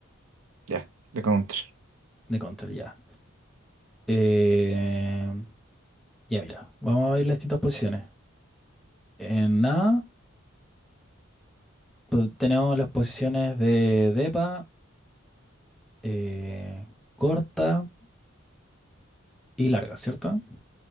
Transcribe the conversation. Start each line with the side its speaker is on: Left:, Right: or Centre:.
Right: Ya, de counter.
Centre: de Counter, ya. Eh, ya mira, vamos a ver las distintas posiciones. En A pues, tenemos las posiciones de depa, eh, corta y larga, ¿cierto?